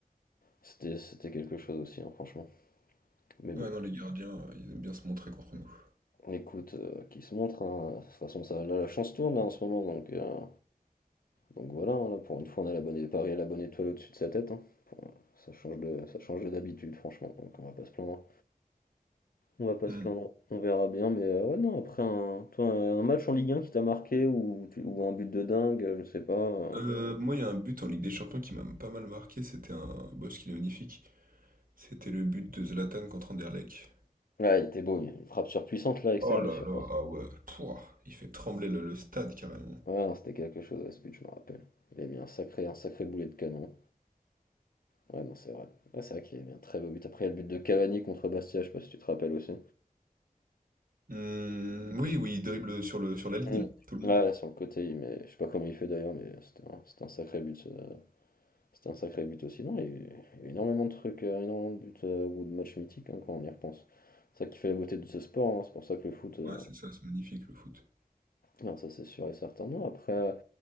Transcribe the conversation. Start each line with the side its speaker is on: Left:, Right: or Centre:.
Left: c'était c'était quelque chose aussi, hein, franchement. Mais bon.
Right: Ouais, non, les gardiens, euh, ils aiment bien se montrer contre nous.
Left: Écoute, euh, qui se montre, hein. De toute façon, ça, là, la chance tourne là, en ce moment, donc, euh, donc voilà, hein, là, pour une fois, on a la bonne, Paris a la bonne étoile au-dessus de sa tête. hein. Pour- ça change de, ça change de d'habitude, franchement, donc on va pas se plaindre. hein. On va pas
Right: Hmm.
Left: se plaindre, on verra bien, mais euh, ouais, non, après un, toi, un match en Ligue 1 qui t'a marqué ou, tu- ou un but de dingue, euh, je sais pas. euh.
Right: Euh, moi, il y a un but en Ligue des Champions qui m'a pas mal marqué, c'était un boss qu'il est magnifique. C'était le but de Zlatan contre Anderlecht.
Left: Ah, il était beau, il y a une frappe surpuissante là, à l'extérieur
Right: Oh là
Left: de surface.
Right: là, ah ouais, Pouah, il fait trembler le, le stade carrément.
Left: Ouais, non, c'était quelque chose à ce but, je me rappelle. Il a mis un sacré, un sacré boulet de canon. Ouais, non, c'est vrai. Ouais, c'est vrai qu'il a mis un très beau but. Après, il y a le but de Cavani contre Bastia, je sais pas si tu te rappelles aussi.
Right: Hmm, oui, oui, il dribble sur le, sur la ligne,
Left: Mm.
Right: tout le
Left: Ouais,
Right: monde.
Left: sur le côté, il met... je sais pas comment il fait d'ailleurs, mais c'était un, c'était un sacré but. ce- C'était un sacré but aussi. Non, il y a eu il y a eu énormément de trucs, euh, énormément de buts euh, ou de matchs mythiques hein, quand on y repense. C'est ça qui fait la beauté de ce sport, hein, c'est pour ça que le foot, euh,
Right: Ouais, c'est ça, c'est magnifique le foot.
Left: non, ça c'est sûr et certain. Non, après, euh,